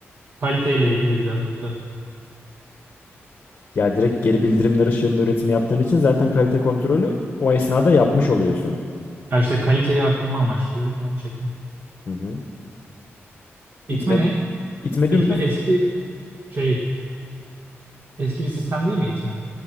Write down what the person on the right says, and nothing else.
Kaliteyle ilgili birazcık da.
Ya işte kaliteyi arttırma amaçlıyorum yani çekme.
İtme ne?
İtme
eski şey, eski bir sistem değil mi itme?